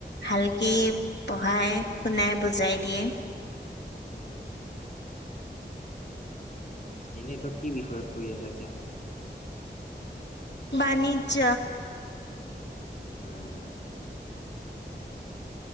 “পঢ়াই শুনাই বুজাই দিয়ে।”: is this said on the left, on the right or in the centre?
Left